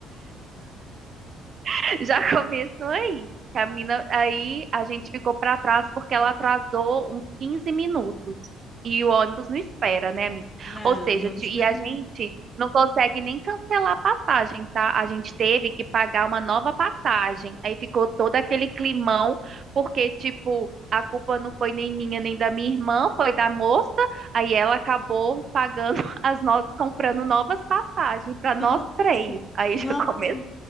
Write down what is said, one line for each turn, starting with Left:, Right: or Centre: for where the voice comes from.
Right: <laughs> Já começou aí. Que A mina, aí a gente ficou pra trás porque ela atrasou uns 15 minutos. E o ônibus não espera, né, amiga?
Left: Não,
Right: Ou seja,
Left: não
Right: ti-
Left: espera
Right: e a
Left: não.
Right: gente não consegue nem cancelar a passagem, tá? A gente teve que pagar uma nova passagem. Aí ficou todo aquele climão, porque, tipo, a culpa não foi nem minha nem da minha irmã, foi da moça. Aí ela acabou pagando <laughs> as novas, comprando novas passagens pra nós
Left: Nossa,
Right: três. Aí
Left: nossa.
Right: já começou.